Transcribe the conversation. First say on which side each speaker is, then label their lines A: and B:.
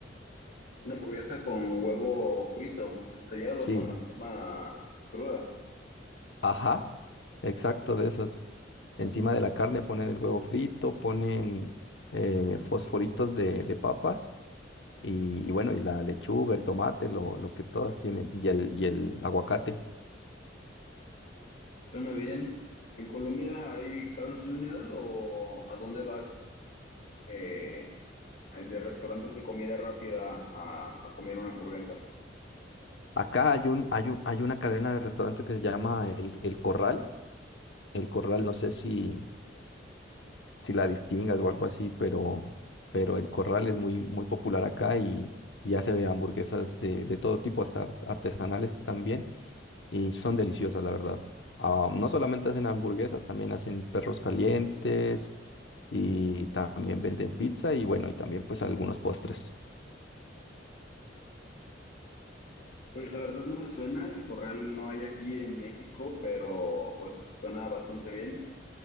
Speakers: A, on the left; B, on the left.
A: Una hamburguesa con huevo frito, estrellado
B: Sí,
A: con la llama cruda.
B: ajá. Exacto, de esas. Encima de la carne ponen el huevo frito, ponen eh, fosforitos de, de papas y, y bueno, y la lechuga, el tomate, lo, lo que todas tienen, y el, y el aguacate.
A: Suena bien. ¿En Colombia hay Carl's Jr. o a dónde vas? eh, el de restaurantes de comida rápida a, a comer una hamburguesa.
B: Acá hay un, hay un- hay una cadena de restaurantes que se llama El, El Corral. El Corral, no sé si, si la distingas o algo así, pero, pero El Corral es muy, muy popular acá y, y hace hamburguesas de, de todo tipo, hasta artesanales también. y son deliciosas, la verdad. Ah, no solamente hacen hamburguesas, también hacen perros calientes y también venden pizza y bueno, y también pues algunos postres.
A: Pues la verdad no me suena, el corral no hay aquí en México, pero pues suena bastante bien.